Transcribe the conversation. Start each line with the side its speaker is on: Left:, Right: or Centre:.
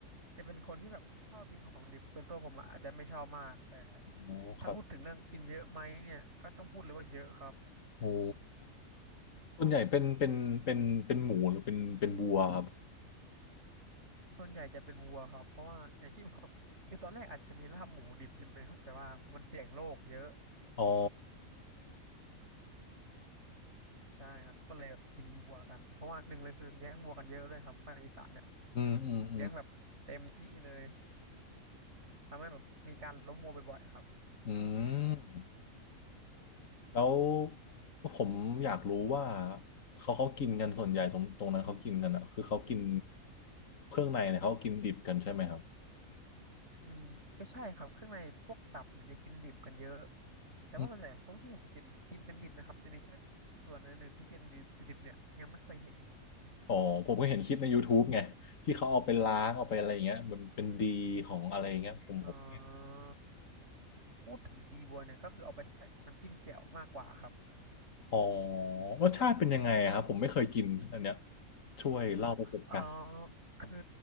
Right: จะเป็นคนที่แบบชอบกินของดิบส่วนตัวผมอะอาจจะไม่ชอบมากแต่
Left: อ๋อครับ
Right: ถ้าพูดถึงเรื่องกินเยอะไหมเนี่ยก็ต้องพูดเลยว่าเยอะครับ
Left: โอ้ส่วนใหญ่เป็นเป็นเป็นเป็นหมูหรือเป็นเป็นวัวครับ
Right: ส่วนใหญ่จะเป็นวัวครับเพราะว่าอย่างที่บอกคือตอนแรกอาจจะมีลาบหมูดิบใช่ไหมครับแต่ว่ามันเสี่ยงโรคเยอะ
Left: อ๋อ
Right: ใช่ครับเขาก็เลยแบบกินวัวกันเพราะว่าหนึ่งเลยคือเลี้ยงวัวกันเยอะด้วยครับภาคอีสานเนี่ย
Left: อืมอืมอืม
Right: เลี้ยงแบบ ที่เลยทำให้แบบมีการล้มวัวบ่อยๆครับ
Left: อืมแล้วผมอยากรู้ว่าเขาเขากินกันส่วนใหญ่ตรงตรงนั้นเขากินกันอ่ะคือเขากินเครื่องในเนี่ยเขากินดิบกันใช่ไหมครับ
Right: อืมก็ใช่ครับข้างในพวกตับเนี่ยอย่ากินดิบกันเยอะแต่ว่าส่วนใหญ่พวกที่ผมกินกินเป็นดิบนะครับจะมีแค่ตับส่วนอันอื่นที่กินดิบดิบเนี่ยยังไม่เคยเห็น
Left: อืมอ๋อผมก็เห็นคลิปใน YouTube ไงที่เขาเอาไปล้างเอาไปอะไรอย่างเงี้ยมันเป็นดีของอะไรอย่างเงี้ยผมผม
Right: เอ่อพูดถึงดีบัวเนี่ยก็คือเอาไปใส่พวกน้ำจิ้มแจ่วมากกว่าครับ
Left: อ๋อรสชาติเป็นยังไงอะครับผมไม่เคยกินอันเนี้ยช่วยเล่าประสบการณ์
Right: เอ่อคือ